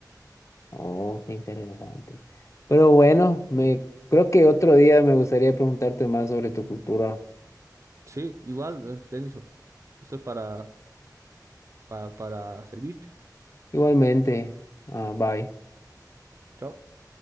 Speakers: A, on the left; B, on the right.
A: oh, qué interesante. Pero bueno, me creo que otro día me gustaría preguntarte más sobre tu cultura.
B: Sí, igual, eh, Denison, estoy para, para, para servirte.
A: Igualmente, ah, bye.
B: Chao.